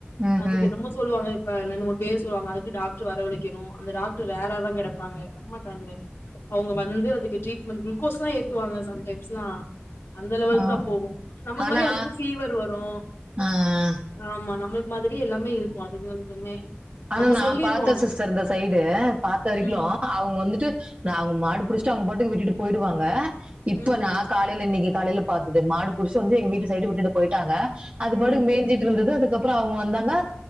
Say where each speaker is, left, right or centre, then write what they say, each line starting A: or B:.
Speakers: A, on the right; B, on the left.
A: ம்ஹ்ம்.
B: அதுக்கு என்னமோ சொல்லுவாங்க அ ரெண்டு மூனு பேர் சொல்வாங்க அதுக்கு டாக்ட்ரு வரவரைக்கு க்கணு அந்த டாக்ட்ரு ரேரா தா கெடைப்பாங்க வரமாட்டாங்க அவங்க வந்து அதுக்கு ட்ரீட் குல்கோஸ்லா ஏத்துவாங்க சம் டைம்ஸ்லா அந்த லெவல்
A: ஆ.
B: தா போகும் நமக்கு
A: ஆனா,
B: மாரி அதுக்கு ஃபீவர் வரு
A: ஆ.
B: ஆமா நம்ளுக் மாதிரியே எல்லாமே இருக்கு அதுங்களுக்குமே
A: ஆனா
B: நம்ம
A: நா
B: சொல்லிருவோம்
A: பாத்தே சிஸ்டர் இந்த சைடு பாத்த வரைக்கு
B: ம்
A: அவுங்க வந்துட்டு நா அவங்க மாடுபுடிச்ட்டு அவுங்க பாட்டுக்கு விட்டுட்டு போயிடுவாங்க இப்ப
B: ம்
A: நா காலைல இன்னிக்கு காலைல பாத்தது மாடு புடுச்சு வந்து எங்க வீட்டு சைடு விட்டுட்டு போயிட்டாங்க அது பாட்டுக்கு
B: ம்
A: மேஞ்சிட்ருந்துது அதுக்கப்ற அவுங்க வந்தாங்க